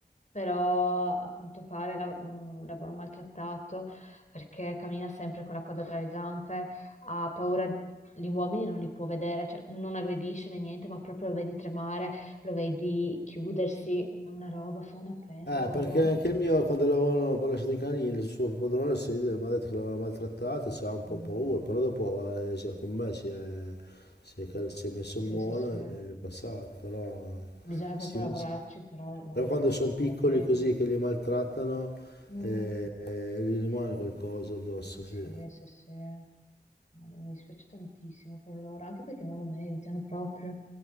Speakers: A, on the left; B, on the left.
A: però a quanto pare la- mh, l'avevano maltrattato perché cammina sempre con la coda tra le zampe, ha paura, gli uomini non li può vedere, cioè non aggredisce né niente, ma proprio lo vedi tremare, lo vedi chiudersi, è una roba, fa una pena,
B: Eh,
A: povero.
B: perché anche il mio, quando l'avevano lasciato in canile, il suo padrone si- mi ha detto che l'avevano maltrattato, c'era un po'
A: Mm,
B: paura, però dopo eh, si- con me si è, si è cal- si è messo
A: sì,
B: buono
A: sì, sì,
B: e gli è passato, però, eh,
A: bisogna
B: si-
A: proprio lavorarci,
B: si-
A: però vale
B: però quando
A: veramente
B: sono piccoli
A: la pena.
B: così che li maltrattano,
A: Mm.
B: eh, eh, gli rimane qualcosa addosso,
A: Sì,
B: sì,
A: sì, sì. No, Mi dispiace tantissimo per loro, anche perché non lo meritano proprio.